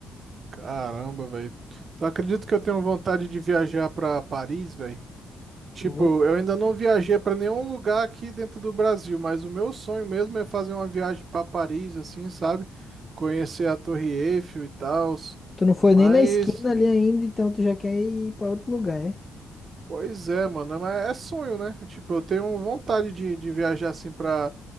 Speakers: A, on the right (about 45°); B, on the left (about 25°).
A: Caramba, velho. Tu acredita que eu tenho vontade de viajar pra Paris, velho? Tipo,
B: Ô, louco.
A: eu ainda não viajei pra nenhum lugar aqui dentro do Brasil, mas o meu sonho mesmo é fazer uma viagem pra Paris, assim, sabe? Conhecer a Torre Eiffel e tal.
B: Tu não foi
A: Mas,
B: nem na esquina ali ainda, então tu já quer ir pra outro lugar, é?
A: pois é, mano, mas é sonho, né? Tipo, eu tenho vontade de, de viajar assim pra,